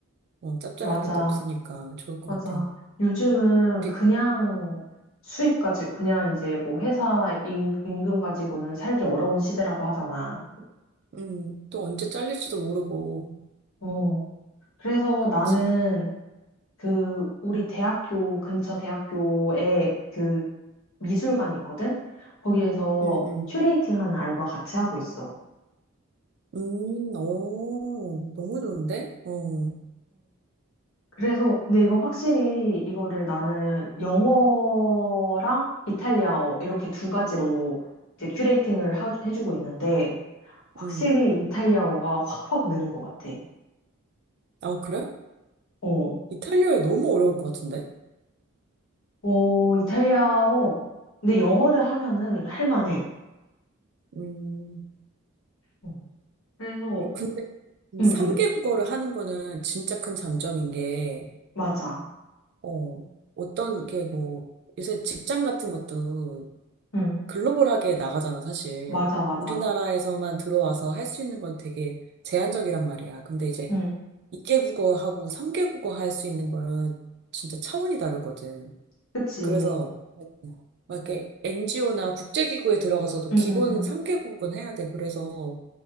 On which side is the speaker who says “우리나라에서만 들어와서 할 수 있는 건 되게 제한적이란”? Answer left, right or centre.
Right